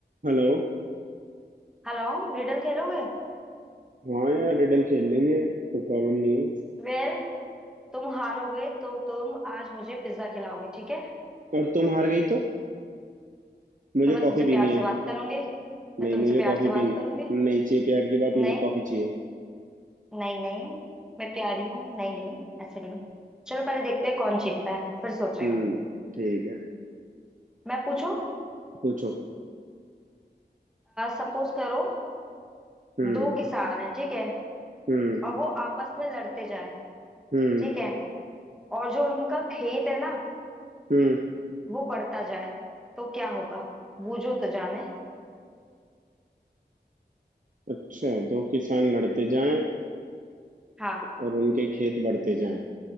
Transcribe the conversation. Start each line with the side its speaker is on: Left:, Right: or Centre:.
Right: Hello
Centre: Hello Riddle खेलोगे
Right: हाँ यार riddle खेल लेंगे कोई प्रॉब्लम नहीं है
Centre: वेर तुम हारोगे तो तुम आज मुझे पिज्जा खिलाओगे ठीक है
Right: और तुम हार गई तो मुझे
Centre: तो मैं
Right: कॉफी
Centre: तुमसे
Right: पीनी
Centre: प्यार से
Right: है
Centre: बात करूंगी मैं
Right: नहीं
Centre: तुमसे
Right: मुझे
Centre: प्यार
Right: कॉफी
Centre: से बात
Right: पीनी
Centre: करूंगी
Right: नहीं चाहिए प्यार की बात
Centre: नहीं
Right: मुझे कॉफी चाहिए
Centre: नहीं नहीं मैं प्यारी हूँ नहीं नहीं ऐसे नहीं चलो पहले देखते हैं कौन जीतता है फिर सोच रहे
Right: हम्म
Centre: हैं
Right: ठीक है
Centre: मैं पूछूं
Right: पूछो
Centre: सपोज करो
Right: हम्म
Centre: दो किसान है ठीक है
Right: हम्म
Centre: और वो आपस में लड़ते जाए
Right: हम्म
Centre: ठीक है और जो उनका खेत है ना
Right: हम्म
Centre: वो बढ़ता जाए तो क्या होगा बूझो तो जाने
Right: अच्छा दो किसान लड़ते जाएं
Centre: हाँ
Right: और उनके खेत बढ़ते जाएं